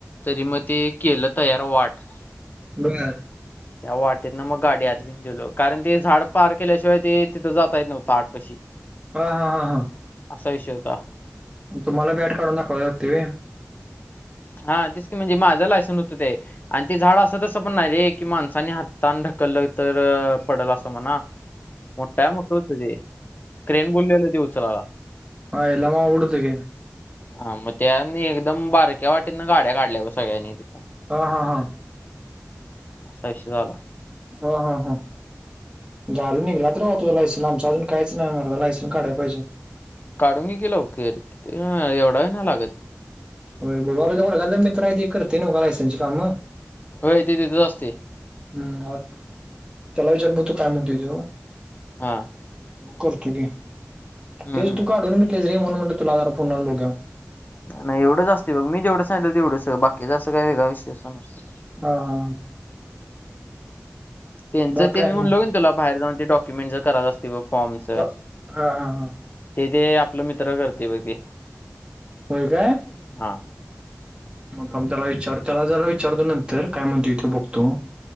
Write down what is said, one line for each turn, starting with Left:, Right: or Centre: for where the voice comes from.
Left: तरी मग ते केलं तयार वाट.
Right: बर
Left: त्या वाट तिथंन मग गाडी हात घेऊन गलो कारण ते झाड पार केल्याशिवाय ते तिथं जातय नव्हं आठ पशी
Right: हा हा हा हा
Left: असा विषय होता.
Right: तुम्हाला आठ काढून दाखवायला लागते होय.
Left: हा तेच की म्हणजे माझं लायसन होतं ते आणि ते झाड असं तसं पण नाही रे की माणसानी हातने ढकललं तर पडल असं म्हणा मोठाय मोठं होत ते क्रेन बोललेलं ते उचलाला
Right: आईला मग अवघड हुतकी.
Left: हा मग त्यानी एकदम बारक्या वाटीना गाड्या काढल्या सगळ्यांनी तिथं.
Right: हा हा हा
Left: असा विषय झाला.
Right: ह ह हा झाल निघलात राह तु लायसन आमचा अजून काहीच नाही मला लायसन काढाय पाहिजे.
Left: काढून घे की लवकर कि एवढा वेळ नाही लागत.
Right: होय <unintelligible> वर्गातल्या मित्र हाय ते करतेय नव काम <unintelligible> कामं
Left: होय ते तिथंच असत्य
Right: हम्म त्याला विचार <unintelligible> तो काय म्हणतोय त्यो
Left: हा
Right: करतो की
Left: हम्म
Right: तेच
Left: हम्म
Right: तू काढून <unintelligible> म्हणून म्हणल तुला जरा फोन लावून बघूया
Left: नाही एवढचं असती मी जेवढं सांगितल तेवढंच बाकीच जास्त काही वेगळा विषय असा नसतो....
Right: हा हा........
Left: त्यांच
Right: बाकी
Left: ते
Right: काय
Left: मी म्हणलो
Right: नाही
Left: की तुला बाहेर जाऊन ते डाॅक्युमेंट च करार असते बघ..... फॉर्मच
Right: हा हा हा
Left: ते ते आपलं मित्र करते बघ ते...
Right: होय काय
Left: हा
Right: थांब थांब त्याला विचार त्याला जरा विचारतो नंतर काय म्हणतोय ते बघतो